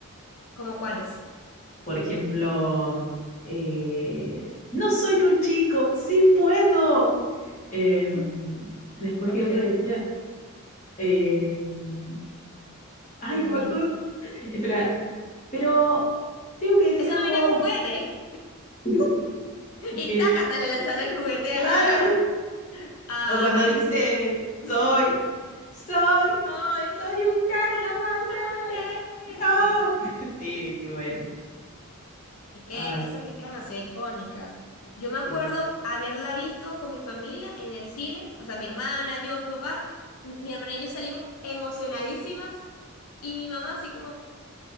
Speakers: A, on the left; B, on the left.
A: ¿Cómo cuál es?
B: Por ejemplo, eh, no soy un chico, sí puedo. Em,
A: <laughs>
B: después
A: Ok.
B: que otra decía, em, ay,
A: Dime,
B: no
A: dime,
B: me acuerdo.
A: dime.
B: Espera, pero tengo que decir
A: Esa
B: algo
A: no venía
B: hoy.
A: con juguete
B: <laughs>
A: y
B: Es
A: tácata le lanzan el juguete
B: Clara.
A: a... a
B: O cuando
A: ay,
B: dice,
A: mm,
B: soy, soy,
A: ay,
B: soy un cacahuate.
A: ay, nunca juguete.
B: Rock.
A: Sí.
B: <laughs> Sí, qué bueno.
A: Es que
B: Ay,
A: esa película es demasiado icónica. Yo me acuerdo
B: sí.
A: haberla visto con mi familia en el cine, o sea, mi hermana, yo, mi papá, m- mi hermana y yo salimos emocionadísimas y mi mamá así como,